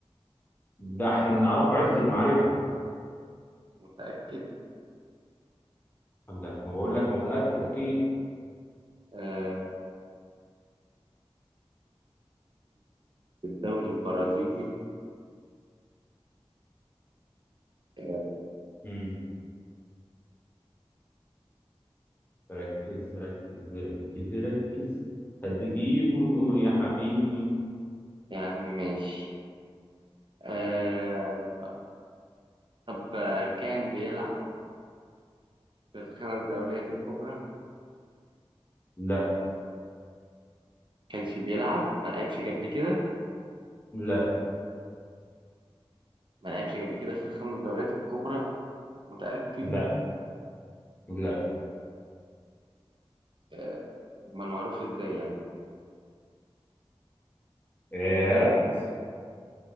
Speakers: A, on the left; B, on the right.
A: ده احنا نعرفه عز المعرفة
B: متأكد
A: ده ما بقول لك متأكد أكيد
B: آه في الدوري البرازيلي آه،
A: مم. ركز ركز ركز ركز هتجيبه يا حبيبي
B: يا عم ماشي آه طب آه، كان بيلعب في الخمس دوريات الكبرى
A: لا
B: كانش بيلعب ما لعبش قبل كده
A: لا
B: ما لعبش قبل كده في الخمس دوريات الكبرى متأكد
A: لا لا
B: آه، امال معروف ازاي يعني
A: اه
B: آه،
A: ركز